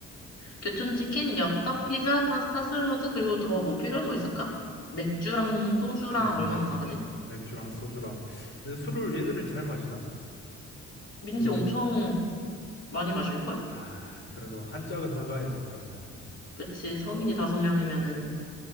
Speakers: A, on the left; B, on the left.
A: 교촌치킨, 엽떡, 피자, 파스타, 샐러드, 그리고 더 뭐 필요한 거 있을까? 맥주랑 소주랑
B: 네,
A: 얼마나
B: 맥주,
A: 사가지?
B: 맥주랑 소주랑. 근데 술을 얘들이 잘 마시나?
A: 민지
B: 그,
A: 엄청 많이 마실걸?
B: 아, 그래도 한 짝은 사가야지, 그러면.
A: 그치, 성인이 다섯 명이면은